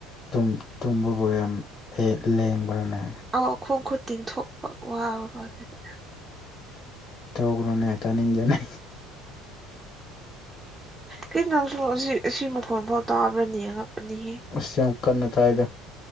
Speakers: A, on the left; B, on the right.
A: ꯇꯨꯝ ꯇꯨꯝꯕꯕꯨ ꯌꯥꯝ ꯐꯤ ꯂꯦꯡꯕ꯭ꯔꯅꯦ꯫
B: ꯑꯣ ꯈꯣꯡ ꯈꯨꯠ ꯇꯤꯡꯊꯣꯛꯄ ꯋꯥꯕꯀꯣ ꯑꯗꯨꯗꯤ
A: ꯇꯧꯒ꯭ꯔꯣꯅꯦ ꯇꯥꯅꯤꯡꯗꯦꯅꯦ꯫
B: ꯀꯩꯅꯣ ꯑꯁꯤ ꯑꯁꯤ ꯃꯈꯣꯟ ꯐꯥꯎ ꯇꯥꯕ꯭ꯔꯅ ꯑꯉꯛꯄꯅꯦꯍꯦ꯫
A: ꯑ ꯌꯥꯝ ꯀꯟꯅ ꯇꯥꯏꯗ꯫